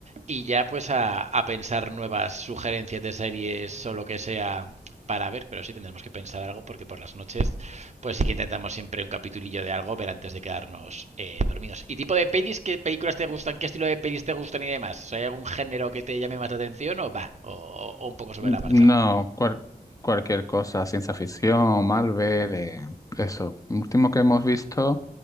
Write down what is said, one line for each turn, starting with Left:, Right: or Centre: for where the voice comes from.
Right: y ya pues a, a pensar nuevas sugerencias de series o lo que sea para ver, pero sí tendremos que pensar algo porque por las noches, pues sí que intentamos siempre un capitulillo de algo ver antes de quedarnos eh, dormidos. ¿Y tipo de pelis? ¿Qué películas te gustan? ¿Qué estilo de pelis te gustan y demás? ¿Hay algún género que te llame más la atención o va? O, o un poco sobre
Left: No,
Right: la marcha.
Left: cual- cualquier cosa, ciencia ficción, Marvel, eh, eso. Último que hemos visto.